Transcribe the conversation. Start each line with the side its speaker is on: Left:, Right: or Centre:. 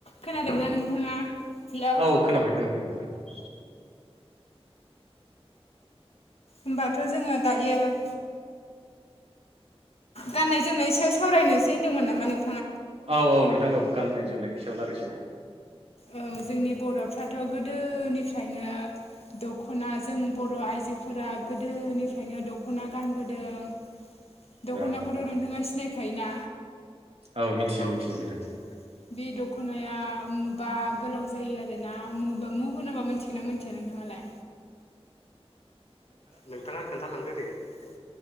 Left: खोनादोंना नोंथाङा? हेलौ
Right: औ खोनाबाय खोनाबाय नोथां।
Left: होमबाथ' जोङो दायो <inaudible> गाननाय जोमनाय सायाव सावरायनोसै होनदोंमोन नामा नों
Right: औ औ नोंथां औ गाननाय जोमनायनि सायाव लारायसै
Left: औ जोंनि बर'फ्राथ' गोदोनि फ्रायनो दख'ना जों बर' आइजोफोरा गोदोनिफ्रायनो दख'ना गानबो दों। दख'नाखौथ'
Right: औ नोंथां
Left: नोंथाङा सिनायखायोना?
Right: औ मिथियो
Left: <unintelligible>
Right: मिथियो नोंथां
Left: बे दख'नाया मुबा गोलाव जायो आरो ना मु मु होनोबा मोनथिगोना मोनथिया नोंथाङालाय? नोंथाङा खोन्थालांदो दे। <unintelligible>